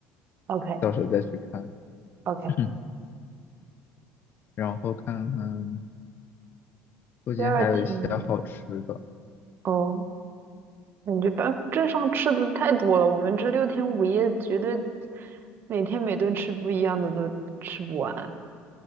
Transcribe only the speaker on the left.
到时候再去看。
<clears throat> 然后看看附近还有一些好吃的，